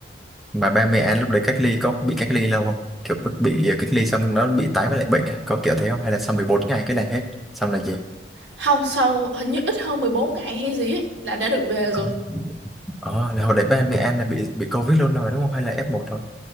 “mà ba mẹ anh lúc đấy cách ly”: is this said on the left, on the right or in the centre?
Centre